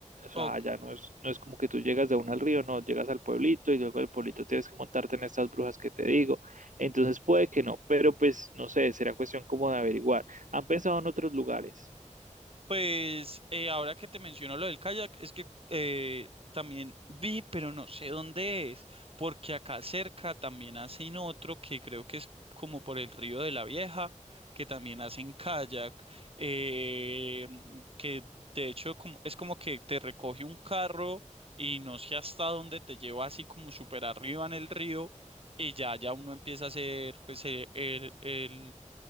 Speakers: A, on the right (about 75°); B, on the right (about 45°).
A: O sea,
B: ok.
A: allá no es, no es como que tú llegas de una al río, no, llegas al pueblito y luego del pueblito tienes que montarte en estas brujas que te digo. Entonces puede que no, pero pues no sé, será cuestión como de averiguar. ¿Han pensado en otros lugares?
B: Pues eh, ahora que te menciono lo del kayak, es que eh, también vi, pero no sé dónde es, porque acá cerca también hacen otro que creo que es como por el río de la Vieja, que también hacen kayak, eh, que de hecho como- es como que te recoge un carro y no sé hasta dónde te lleva así como súper arriba en el río y ya, ya uno empieza a hacer pues el, el, el